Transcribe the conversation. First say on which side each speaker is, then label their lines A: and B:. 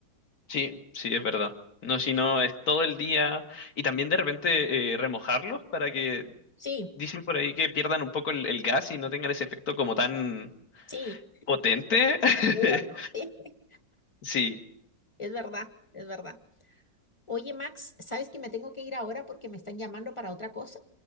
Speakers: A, on the left; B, on the left.
A: Sí, sí, es verdad. No, si no, es todo el día. Y también de repente eh, remojarlos para que,
B: Sí,
A: dicen por ahí que pierdan un poco el el gas y no tengan ese efecto como tan
B: sí,
A: potente. <laughs>
B: poroto, <laughs> sí,
A: Sí,
B: es verdad, es verdad. Oye, Max, sabes que me tengo que ir ahora porque me están llamando para otra cosa,